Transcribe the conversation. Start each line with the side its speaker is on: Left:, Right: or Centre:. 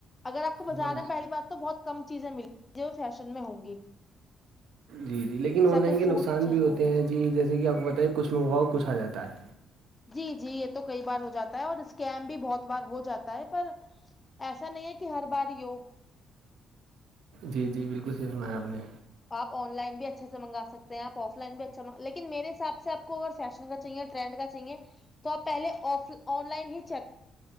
Left: اگر آپ کو بازار
Right: بہت
Left: میں پہلی بات تو بہت کم چیزیں مل فیشن میں ہوں گی
Right: جی جی لیکن
Left: جیسا
Right: آن لائن
Left: کو
Right: کے
Left: سوٹ
Right: نقصان
Left: چاہیے
Right: بھی ہوتے ہیں جی جیسے کہ آپ کو بتائے کچھ منگواؤ کچھ آ جاتا ہے
Left: جی جی یہ تو کئی بار ہو جاتا ہے اور اسکیم بھی بہت بار ہو جاتا ہے پر ایسا نہیں ہے کہ ہر بار یو
Right: جی جی بالکل صح سنایا آپ نے
Left: آپ آن لائن بھی اچھا سےنگا سکتے ہیں آف لائن بھی اچھاگ لیکن میرے حساب سے آ کو اگر فیشن کا چاہیے ٹرینڈ کا چاہیے تو آپ پہلے آ آن لائن ہی چیک